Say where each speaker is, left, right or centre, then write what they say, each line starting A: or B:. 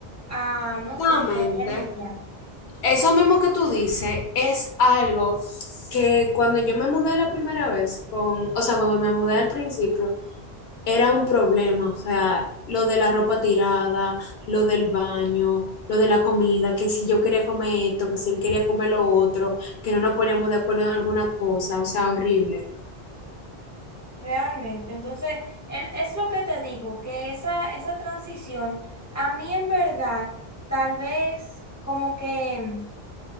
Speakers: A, on the left (about 25°); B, on the left (about 80°).
A: a, no
B: Exactamente.
A: sé, si lo vaya a limpiar.
B: Eso mismo que tú dices es algo que cuando yo me mudé la primera vez, con, o sea, cuando me mudé al principio, era un problema, o sea, lo de la ropa tirada, lo del baño, lo de la comida, que si yo quería comer esto, que si él quería comer lo otro, que no nos poníamos de acuerdo en alguna cosa, o sea, horrible.
A: Realmente, entonces, el- es lo que te digo, que esa, esa transición, a mí en verdad, tal vez como que...